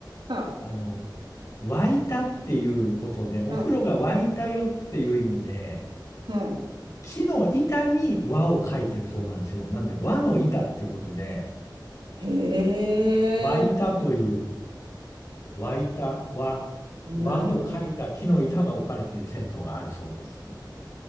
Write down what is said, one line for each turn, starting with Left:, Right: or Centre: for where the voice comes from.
Right: あ、
Left: あの、沸いたっていうことで、お風呂が沸いたよっていう意味で、
Right: はあ、はあ。
Left: 木の板に和を書いてるそうなんですよ。なので、和の板ってことで、
Right: へえ、
Left: 沸いたという、沸いた和、
Right: なるほど。
Left: 和と書いた木の板が置かれている銭湯があるそうです。